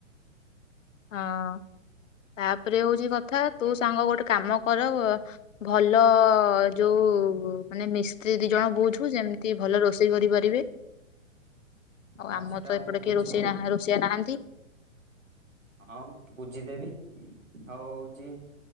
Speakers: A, on the left (about 70°); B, on the right (about 80°).
A: ହଁ ତାପରେ ହଉଛି କଥା ତୁ ସାଙ୍ଗ ଗୋଟେ କାମ କର ଉ ଭଲ ଯୋଉ ମାନେ ମିଶ୍ ସେ ଦି ଜଣ ବୋଉଝୁ ଯେମିତି ଭଲ ରୋଷେଇ। ଇ କରିପାରିବେ। ଆଉ
B: ହଁ
A: ଆମର
B: ସେଟା
A: ତ ଏପଟେ
B: ମୁଁ ବୁଝି
A: କି ରୋଷେଇ ନାହା ରୋଷେଇଆ ନାହାନ୍ତି।
B: ହଁ ବୁଝିଦେବି ଆଉ ହଉଛି